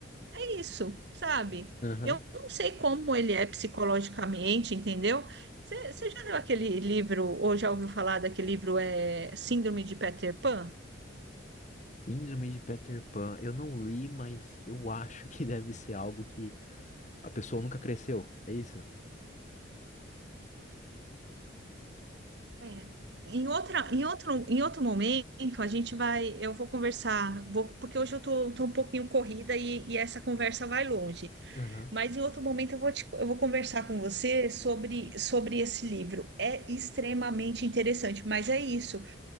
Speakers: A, on the right (about 60°); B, on the left (about 40°).
A: é isso, sabe?
B: Aham.
A: Eu não sei como ele é psicologicamente, entendeu? Você já leu aquele livro, ou já ouviu falar daquele livro, é Síndrome de Peter Pan?
B: Síndrome de Peter Pan. Eu não li, mas eu acho que deve ser algo que a pessoa nunca cresceu. É isso?
A: É. Em outra, em outro, em outro momento, a gente vai, eu vou conversar, vou, porque hoje eu tô, tô um pouquinho corrida e, e essa conversa vai longe.
B: Aham.
A: Mas em outro momento eu vou, te- eu vou conversar com você sobre, sobre esse livro. É extremamente interessante, mas é isso.